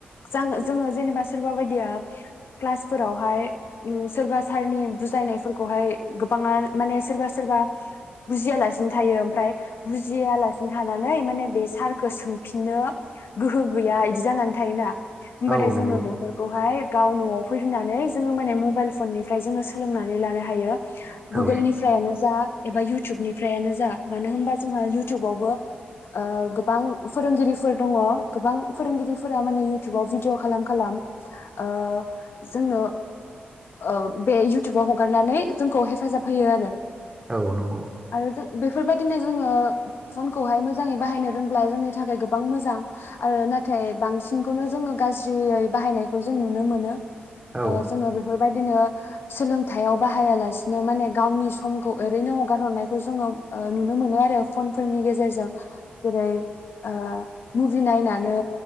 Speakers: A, on the left; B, on the right.
A: जे जोङो जेनेबा सोरबा बायदिया क्लासफोरावहाय सोरबा सारनि बुजायनायफोरखौहाय गोबाङा माने सोरबा सोरबा बुजिया लासे नो थायो ओमफ्राय बुजिया लासिनो थानानै माने बे सारखौ सोंफिननो गोहो गैया इदि जानानै थायोना होमबाथाय
B: औ नंगौ
A: जोङो बे फोरखौहाय गाव न'आव फैफिनानै जोङो माने मबाइल फननिफ्राय जोङो सोलोंनानै लानो हायो।
B: औ
A: गुगोलनिफ्रायआनो जा एबा इउटुबनिफ्रायआनो जा मानो होनबा जोंहा इउटुबावबो ओ गोबां फोरोंगिरिफोर दङ गोबां फोरोंगिरिफोरा माने इउटुबाव भिडिअ खालाम खालाम ओ जोंनो ओ बे इउटुबाव हगारनानै जोंखौ हेफाजाब होयो आरो।
B: औ नंगौ
A: आरो जों बेफोरबायदिनो जोङो फनखौहाय मोजाङै बाहायनो रोंब्ला जोंनि थाखाय गोबां मोजां आरो नाथाय बांसिनखौनो जोङो गाज्रियै बाहायनायखौ जों नुनो मोनो।
B: औ
A: ओ जोङो बेफोरबायदिनो सोलोंथाइआव बाहायालासिनो माने गावनि समखौ ओरैनो हगार हरनाय खौ जोङो ओ नुनो मोनो आरो फन फोरनि गेजेरजों जेरै ओ मुभि नायनानै